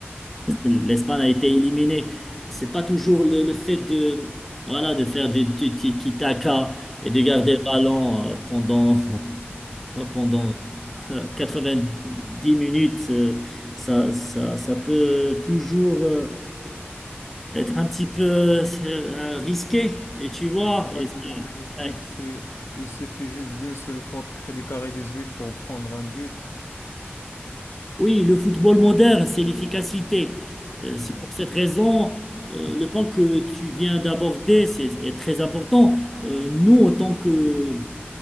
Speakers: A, in the centre; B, on the left.
A: L'Espagne a été éliminée. C'est pas toujours le, le fait de, voilà, de faire du du tiki-taka et de garder
B: Ouais,
A: le ballon euh, pendant, <laughs> pendant
B: C'est vrai.
A: 90 minutes. euh, Ça, ça, ça peut toujours euh, être un petit peu euh, risqué. Et tu vois,
B: C'est pas
A: et
B: toujours
A: ça-
B: bénéfique.
A: ouais,
B: C'est, il suffit juste d'une seule faute près du carré huit pour prendre un but.
A: Oui, le football moderne, c'est l'efficacité. Euh, c'est
B: Ouais.
A: pour cette raison, euh, le point que tu viens d'aborder c'est, est très important. Euh, nous, en tant que